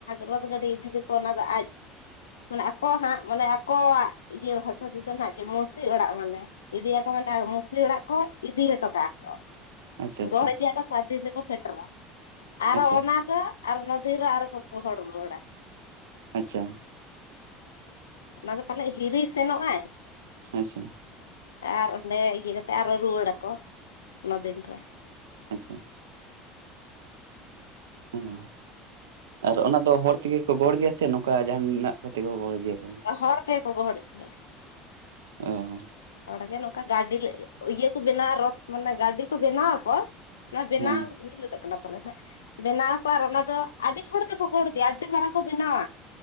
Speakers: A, on the left; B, on the right.
A: ᱨᱚᱛ ᱜᱟᱹᱰᱤ ᱤᱫᱤ ᱫᱚᱠᱚ ᱚᱱᱟ ᱫᱚ ᱟᱡ ᱢᱟᱱᱮ ᱟᱠᱚ ᱦᱟᱸᱜ ᱢᱟᱱᱮ ᱟᱠᱚᱣᱟᱜ ᱤᱭᱟᱹ ᱵᱷᱟᱥᱟ ᱛᱮᱫᱚ ᱦᱟᱸᱜ ᱡᱮ ᱢᱳᱥᱤ ᱚᱲᱟᱜ ᱢᱟᱱᱮ ᱤᱫᱤᱭᱟᱠᱚ ᱢᱟᱱᱮ ᱢᱳᱥᱤ ᱚᱲᱟᱜ ᱠᱚ ᱤᱫᱤ ᱦᱚᱴᱚ ᱠᱟᱜᱼᱟ ᱠᱚ
B: ᱟᱪᱪᱷᱟ
A: ᱨᱚᱦᱚᱲ ᱤᱫᱤᱭᱟᱠᱚ ᱥᱟᱛ ᱫᱤᱱ ᱨᱮᱠᱚ ᱥᱮᱴᱮᱨᱟ ᱟᱨ
B: ᱟᱪᱪᱷᱟ
A: ᱚᱱᱟ ᱫᱚ ᱟᱨ ᱱᱚ ᱫᱤᱱ ᱟᱨᱦᱚᱸ ᱠᱚ ᱜᱚᱦᱚᱲ ᱨᱩᱣᱟᱸᱲᱟ
B: ᱟᱪᱪᱷᱟ
A: ᱚᱱᱟ ᱫᱚ ᱯᱟᱞᱮᱫ ᱦᱤᱨᱤ ᱥᱮᱱᱚᱜᱼ ᱟᱭ
B: ᱦᱮᱸ ᱥᱮ
A: ᱟᱨ ᱚᱸᱰᱮ ᱤᱫᱤ ᱠᱟᱛᱮ ᱟᱨᱚ ᱨᱩᱣᱟᱹᱲᱟᱠᱚ ᱱᱚ ᱫᱤᱱ ᱨᱮ
B: ᱟᱪᱪᱷᱟ ᱦᱩᱸ, ᱟᱨ ᱚᱱᱟ ᱫᱚ ᱦᱚᱲ ᱛᱮᱜᱮ ᱠᱚ ᱜᱚᱲ ᱤᱫᱤᱭᱟ ᱥᱮ ᱱᱚᱝᱠᱟ ᱡᱟᱦᱟᱸᱭ ᱢᱮᱱᱟᱜ ᱠᱚᱛᱮ ᱠᱚ ᱜᱚᱦᱚᱲ ᱤᱫᱤᱭᱟᱠᱚ
A: ᱦᱚᱲ ᱛᱮᱜᱮ ᱠᱚ ᱜᱚᱦᱚᱲ ᱤᱫᱤᱭᱟ
B: ᱚ
A: ᱦᱚᱲᱜᱮ ᱱᱚᱝᱠᱟ ᱜᱟᱹᱰᱤ ᱤᱭᱟᱹ ᱠᱚ ᱵᱮᱱᱟᱣᱟ ᱨᱚᱛ ᱢᱟᱱᱮ ᱜᱟᱹᱰᱤ ᱠᱚ ᱵᱮᱱᱟᱣᱟ ᱠᱚ ᱚᱱᱟ ᱵᱮᱱᱟᱣ
B: ᱦᱮᱸ
A: ᱦᱩᱭ ᱯᱟᱞᱮᱱ ᱦᱟᱸᱜ ᱵᱮᱱᱟᱣ ᱟᱠᱚ ᱟᱨ ᱚᱱᱟ ᱫᱚ ᱟᱹᱰᱤ ᱦᱚᱲ ᱛᱮᱠᱚ ᱜᱚᱲ ᱤᱫᱮᱭᱟ ᱟᱹᱰᱤ ᱢᱟᱨᱟᱝ ᱠᱚ ᱵᱮᱱᱟᱣᱟ